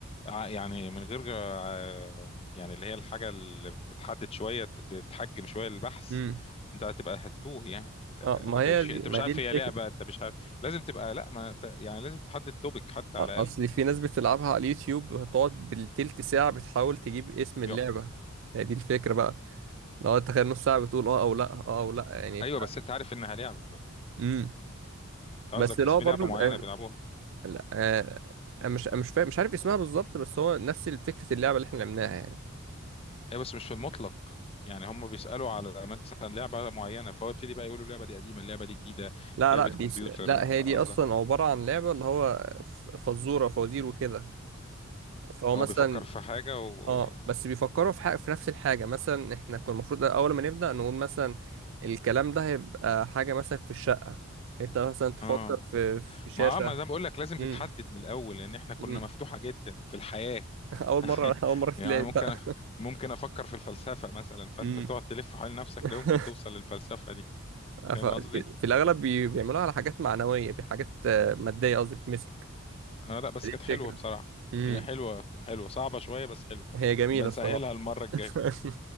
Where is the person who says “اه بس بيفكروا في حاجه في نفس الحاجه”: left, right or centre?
Right